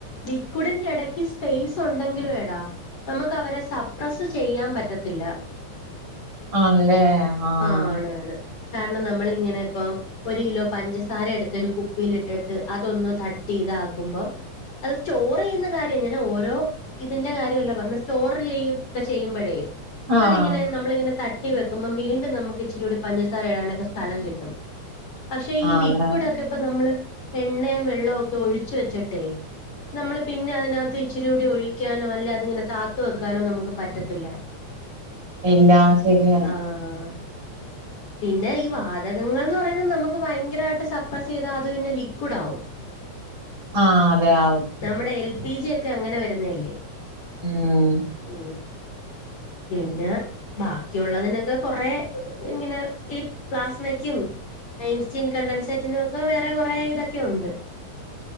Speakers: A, on the left; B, on the right.
A: ലിക്കുഡിന്റെ എടയ്ക്ക് സ്പേസ് ഉണ്ടെങ്കിലും എടാ നമുക്ക് അവരെ സപ്രസ് ചെയ്യാൻ പറ്റത്തില്ല
B: ആണല്ലേ ആഹ്
A: ആ ആണ് ആണ് കാരണം നമ്മൾ ഇങ്ങനെ ഇപ്പൊ ഒരു കിലോ പഞ്ചസാര എട് ത്ത് ഒരു കുപ്പിയിലിട്ടിട്ട് അതൊന്ന് തട്ടി ഇതാക്കുമ്പോ അത് സ്റ്റോറ് എയ്യുന്ന കാര്യം ഇങ്ങനെ ഓരോ ഇതിന്റെ കാര്യല്ല പറഞ്ഞ സ്റ്റോർ ചെയ്യു ക്കെ ചെയ്യുമ്പോഴേ
B: ആഹ്
A: അതിങ്ങനെ നമ്മളിങ്ങനെ തട്ടി വെക്കുമ്പോ വീണ്ടും നമുക്ക് ഇച്ചിരൂടി പഞ്ചസാര ഇടാനൊക്കെ സ്ഥലം കിട്ടും. പക്ഷെ ഈ
B: ആഹ്
A: ലിക്യുട്
B: അതെ
A: ഒക്കെ ഇപ്പോ നമ്മള് എണ്ണോം വെള്ളവും ഒക്കെ ഒഴിച്ച് വെച്ചിട്ടെ. നമ്മള് പിന്നെ അതിനകത്ത് ഇച്ചിരിക്കുടി ഒഴിക്കാനോ, അല്ല അതിങ്ങനെ താത്തുവെക്കാനോ നമുക്ക് പറ്റത്തില്ല.
B: ഇല്ല ശരിയാണ്.
A: ആഹ് പിന്നെ ഈ വാതകങ്ങൾ എന്ന് പറയുന്നത് നമുക്ക് ഭയകരയിട്ട് ശബ്‌ <unintelligible> ചെയതാൽ അത് പിന്നെ ലിക്യുട് ആവും.
B: ആഹ് അതെ ആവും.
A: നമ്മുടെ എൽ പി ജി ഒക്കെ അങ്ങനെ വരുന്നല്ലോ.
B: ഉം.
A: ഉം പിന്നെ. ബാക്കിയുള്ളതിനൊക്കെ കൊറേ ഇങ്ങനെ ഈ പ്ലാസ്മക്യും. ഐൻസ്റ്റീൻ കണ്ടൻസ്റ്റാറ്റിന്റെയൊക്കെ വേറെ കുറെ ഇതൊക്കെയുണ്ട്.